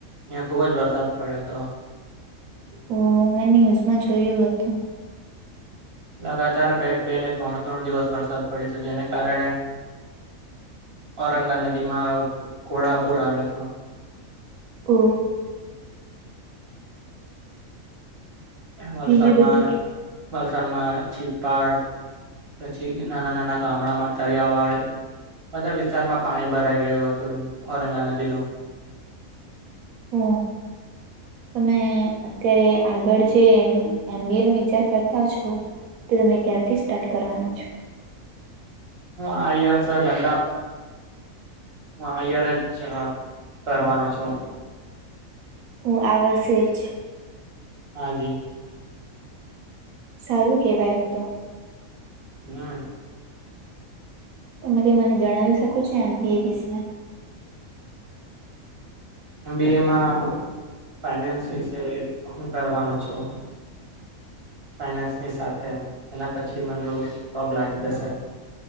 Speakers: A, on the right; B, on the right.
A: અયાં ખુબ જ વરસાદ પડ્યો તો
B: ઓ મેં ન્યૂઝમાં જોયું હતું.
A: લગાતાર બે બે ને ત્રણ ત્રણ દિવસ વરસાદ પડ્યો હતો જેને કારણે ઔરંગા નદી ઘોડાપુર આવ્યો હતો
B: ઓ
A: વલસાડ
B: બીજું બધું
A: માં વલસામાં છીપાડ પછી નાના નાના ગામડામાં તારીયા વાળે બધા વિસ્તારમાં પાણી ભરાઈ ગયું હતું ઔરંગા નદીનું <unintelligible>
B: ઓ તમે અત્યારે આગળ જે એમ. બી. એન વિચાર કરતા છો તો તમે ક્યારથી સ્ટાર્ટ કરવાનો છો?
A: હું આ યર સજ અમદા હું આયર જ કરવાનો છું.
B: હું આ વર્ષે જ
A: હાજી
B: સારું કેવાય એમ તો
A: નાં
B: તમે કઈ મને જણાવી શકો છો એમ. બી. એ. વિશે
A: એમ. બી. એ. માં ફાઇનાન્સ વિશે હું કરવાનું છું ફાઈનાન્સ ની સાથે એમ એના પછી મ <unintelligible> જોબ લાગી જશે